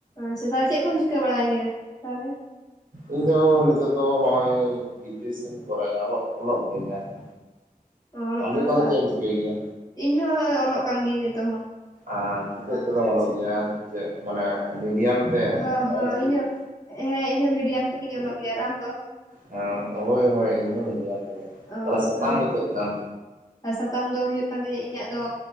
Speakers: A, on the left; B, on the right.
A: ᱟᱪᱪᱷᱟ ᱛᱟᱦᱞᱮ ᱪᱮᱜ ᱠᱚᱢ ᱪᱤᱠᱟᱹ ᱵᱟᱲᱟᱭ ᱜᱮᱭᱟ ᱛᱟᱦᱞᱮ?
B: ᱤᱧ ᱫᱚ ᱱᱤᱛᱚᱜ ᱫᱚ ᱦᱚᱸᱜᱼᱚᱭ ᱜᱮᱡᱩᱭᱮᱥᱚᱱ ᱠᱚᱨᱟᱣᱮᱜ-ᱟ ᱚᱞᱚᱜ ᱚᱞᱚᱜ ᱜᱮᱭᱟᱹᱧ ᱟᱨᱠᱤ᱾
A: ᱚ ᱚᱞᱚᱜ
B: ᱟᱢ
A: ᱠᱟᱱᱟᱢ
B: ᱫᱚ ᱛᱟᱦᱞᱮ
A: ᱵᱟᱝ
B: ᱪᱮᱜ ᱮᱢ ᱪᱤᱠᱟᱹᱭ ᱜᱮᱭᱟ?
A: ᱤᱧ ᱦᱚᱸ ᱚᱞᱚᱜ ᱠᱟᱱ ᱜᱤᱭᱟᱹᱧ ᱱᱤᱛᱚᱜ ᱦᱚᱸ᱾
B: ᱟ
A: ᱚ
B: ᱪᱮᱫ ᱛᱮᱫᱚᱢ
A: ᱟᱪᱪᱷᱟ
B: ᱚᱞᱚᱜ ᱜᱮᱭᱟ ᱪᱮᱜ ᱢᱟᱱᱮ ᱢᱤᱰᱤᱭᱟᱢ? ᱛᱮ
A: ᱦᱚᱸ
B: ᱢᱟᱱᱮ
A: ᱦᱚᱸ
B: ᱚᱞᱪᱤᱠᱤ
A: ᱤᱧ ᱦᱚᱸ
B: ᱛᱮ
A: ᱦᱮᱸ ᱤᱧᱦᱚᱸ ᱢᱤᱰᱤᱭᱟᱢ ᱛᱮᱜᱮᱧ ᱚᱞᱚᱜ ᱜᱮᱭᱟ᱾ ᱟᱨ ᱟᱢ ᱫᱚ?
B: ᱮᱸ ᱦᱳᱭ ᱦᱳᱭ ᱤᱧ ᱦᱚ ᱢᱤᱰᱤᱭᱟᱢ ᱛᱮᱜᱮ
A: ᱚ
B: ᱛᱟᱦᱞᱮ ᱥᱟᱛᱟᱢ
A: ᱛᱟᱦᱚᱞᱮ
B: ᱫᱚ ᱪᱮᱫ ᱛᱟᱢ?
A: ᱥᱟᱛᱟᱢ ᱫᱚ ᱦᱩᱭᱩᱜ ᱠᱟᱱ ᱛᱤᱧᱟᱹ ᱤᱧᱟᱹᱜ ᱫᱚ